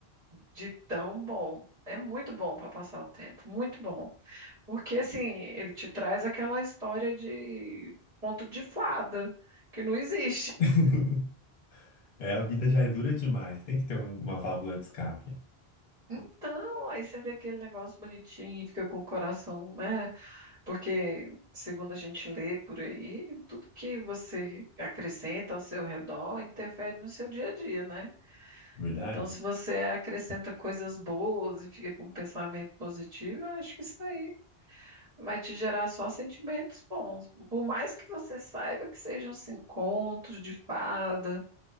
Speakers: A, on the right; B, on the left.
A: De tão bom. É muito bom para passar o tempo, muito bom. Porque assim, ele te traz aquela história de conto de fada, que não existe.
B: <laughs> É, a vida já é dura demais. Tem que ter um- uma válvula de escape,
A: Então, aí você vê aquele negócio bonitinho e fica com o coração, né? Porque, segundo a gente lê por aí, tudo que você acrescenta ao seu redor interfere no seu dia a dia, né?
B: verdade?
A: Então, se você acrescenta coisas boas e fica com um pensamento positivo, eu acho que isso daí vai te gerar só sentimentos bons. Por mais que você saiba que sejam assim, contos de fada,